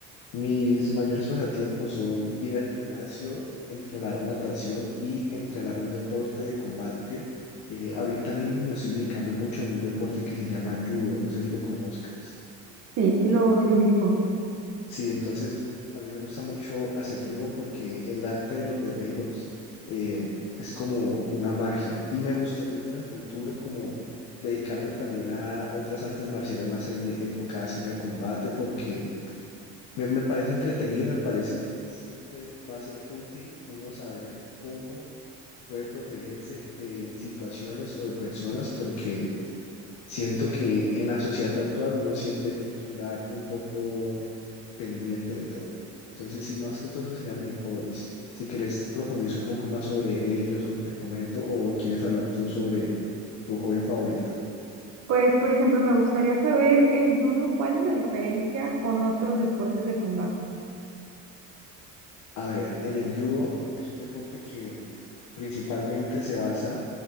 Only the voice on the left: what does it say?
mis mayores pasatiempos son ir al gimnasio, entrenar natación y entrenar un deporte de combate. Eh, ahorita mismo me estoy dedicando mucho a un deporte que se llama judo. No sé si lo conozcas.
Sí, entonces a mí me gusta mucho hacer judo porque el arte de los derribos eh, es como una magia y me gustaría ya en el futuro como dedicarme también a otras artes marciales más en- enfocadas en el combate porque me, me parece entretenido y me parece que siempre va a ser útil uno saber cómo puede protegerse de situaciones o de personas porque Siento que en la sociedad actual uno siempre tiene que andar un poco pendiente de todo. Entonces, sí, más que todo, esos serían mis hobbies. Si quieres profundizar un poco más sobre ellos o te comento o quieres hablar tú sobre tu hobby favorito.
A ver, en el judo es un deporte que principalmente se basa